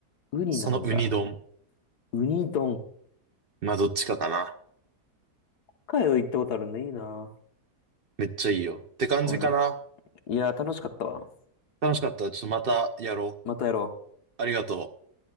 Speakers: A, on the left; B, on the right.
A: ウニなんだ。
B: そのウニ丼。
A: ウニ丼。
B: まあ、どっちかかな。
A: 北海道行ったことあるんだ。いいな。
B: めっちゃいいよ。って感じかな。
A: うんいや、楽しかったわ。
B: 楽しかった。ちょっとまたやろ
A: またやろう。
B: う。ありがとう。